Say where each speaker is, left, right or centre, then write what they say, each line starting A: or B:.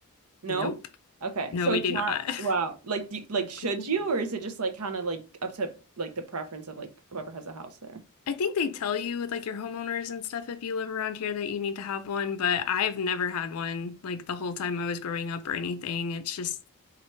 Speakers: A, on the right; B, on the left.
A: No?
B: nope.
A: Okay.
B: No,
A: So
B: we
A: it's
B: do
A: not
B: not.
A: wow. Like do you, like
B: <laughs>
A: should you or is it just like kind of like up to like the preference of like whoever has a house there?
B: I think they tell you with like your homeowners and stuff if you live around here that you need to have one, but I've never had one like the whole time I was growing up or anything. It's just